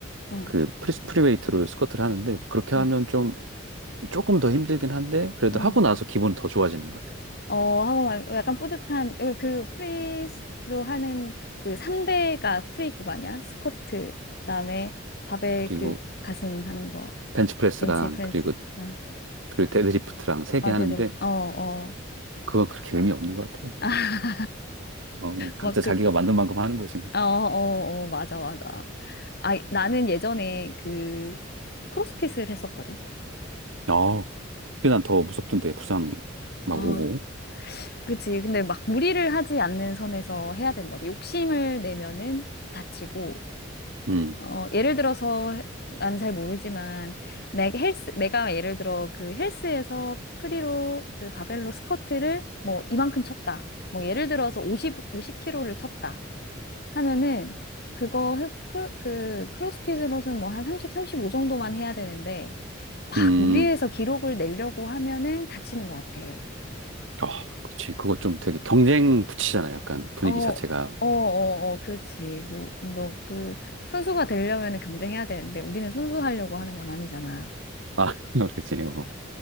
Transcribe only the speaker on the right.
그 프리, 프리웨이트로 스쿼트를 하는데 그렇게
하면 좀 조금 더 힘들긴 한데 그래도
하고 나서 기분은 더 좋아지는 것 같아.
그리고
벤치프레스랑
그리고
그 데드리프트랑 세
개 하는데
그건 그렇게 의미 없는 것 같아.
어, 각자
자기가 만든 만큼 하는 거지.
어, 그게 난 더 무섭던데 부상 막
오고.
음,
음,
아, 그렇지. 그거 좀 되게 경쟁 붙이잖아. 약간 분위기
자체가.
아, <laughs> 그렇지. 어.